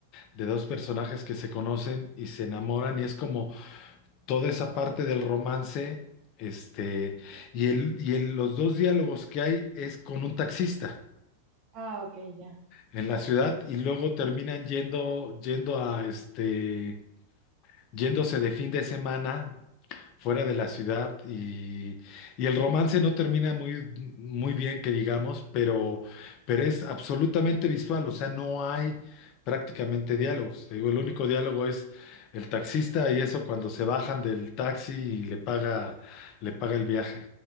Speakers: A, on the left; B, on the right.
A: de dos personajes que se conocen y se enamoran, y es como toda esa parte del romance, este, y el, y el- los dos diálogos que hay es con un taxista
B: Ah, ok, ya.
A: en la ciudad, y luego terminan yendo, yendo a este yéndose de fin de semana fuera de la ciudad y, y el romance no termina muy, muy bien, que digamos, pero, pero es absolutamente visual, o sea, no hay prácticamente diálogos. Te digo, el único diálogo es el taxista y eso cuando se bajan del taxi y le paga, le paga el viaje.